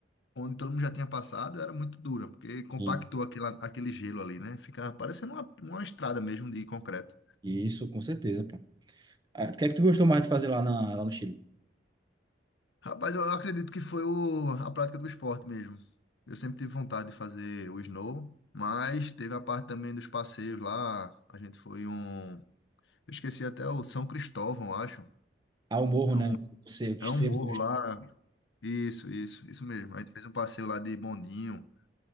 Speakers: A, on the left; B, on the right.
A: onde todo mundo já tinha passado, era muito dura, porque compactou
B: Sim.
A: aquela, aquele gelo ali, né? Ficava parecendo uma, uma estrada mesmo de concreto.
B: Isso, com certeza, pô. Ah, O que é que tu gostou mais de fazer lá, na, lá no Chile?
A: Rapaz, eu acredito que foi o, a prática do esporte mesmo. Eu sempre tive vontade de fazer o snow, mas teve a parte também dos passeios lá. A gente foi um. Eu esqueci até o São Cristóvão, eu acho.
B: Ah, o morro,
A: É
B: né?
A: um,
B: O cerco,
A: é
B: cerco,
A: um morro lá. Isso, isso, isso mesmo. A gente fez um passeio lá de bondinho